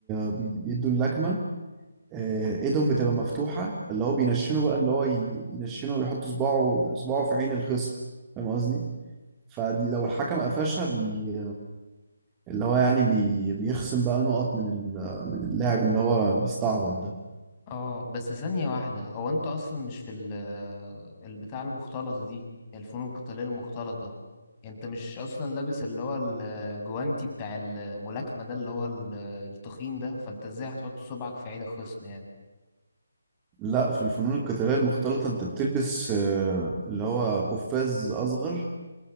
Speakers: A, on the right; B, on the left.
A: بي- بيدوا اللكمه آه، ايدهم بتبقى مفتوحه اللي هو بينشنوا بقى اللي هو ي- ينشنوا ويحط صباعه صباعه في عين الخصم فاهم قصدي؟ فلو الحكم قفشها بي اللي هو يعني بي بيخصم بقى نقط من ال- من اللاعب اللي هو بيستعبط ده
B: اه بس ثانية واحدة هو انت اصلا مش في ال- البتاع المختلطة دي الفنون القتالية المختلطة انت مش اصلا لابس اللي هو الجوانتي بتاع الملاكمة ده اللي هو ال- التخين ده فانت ازاي هتحط صبعك في عين الخصم يعني
A: لا في الفنون القتالية المختلطة انت بتلبس آه، اللي هو قفاز اصغر